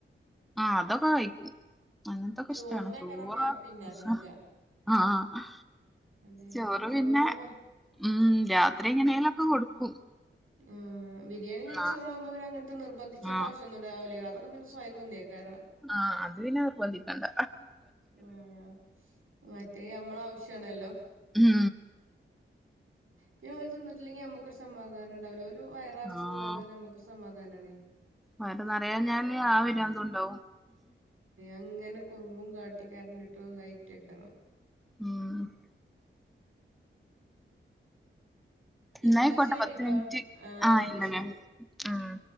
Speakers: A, in the centre; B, on the right.
A: ആഹ് അതൊക്കെ കഴിക്കൂം അങ്ങനത്തൊക്കെ
B: ചോറിനേക്കാരം
A: ഇഷ്ടാണ് ചോറ
B: വെ പിന്നാക്ക
A: ഹ
B: നിക്കാ
A: ആഹ്
B: അതേക്കാരം
A: ചോറ്
B: ചോറാണ്
A: പിന്നെ ഉം രാത്രി എങ്ങനെലൊക്കെ കൊടുക്കും.
B: ഉം ബിരിയാണി നയ്ച്ചോറൊക്കെ
A: ആ
B: ആവുമ്പോ പിന്നെ അങ്ങനത്തെ നിർ ബന്ധിച്ചേണ്ട
A: ആ
B: ആവശ്യന്നുണ്ടാവില്ല അതൊക്കെ സ്വയം തിന്നേക്കാരം പ
A: ആഹ് അത് പിന്നെ പൊന്തിക്കണ്ട
B: ആഹ് മറ്റേ നമ്മളെ ആവശ്യാണല്ലോ
A: ഉം
B: പിന്നെ ഓല് തിന്നിട്ടില്ലെങ്കിൽ നമ്മുക്ക് ഒരു സമാധാനംണ്ടാവൂല ഓല് വയറ് നെറച്ചു
A: ആ
B: തിന്നാ തന്നെ നമ്മക്ക് ഒര് സ സമാധാനാണേ
A: വയറ് നിറയഞ്ഞാല് ആ പിരാന്തുണ്ടാവും
B: അങ്ങനെ കുറുമ്പും കാട്ടി കരഞ്ഞിട്ടും ഇത് ആയ്റ്റക്കാരം
A: ഉം എന്നായിക്കോട്ടെ
B: ഇന്നാ ശരിട്ടോ
A: പത്ത് മിനിറ്റ്
B: ആഹ് ഓക്കെ
A: ഇല്ലല്ലേ
B: ശെരി
A: ഉം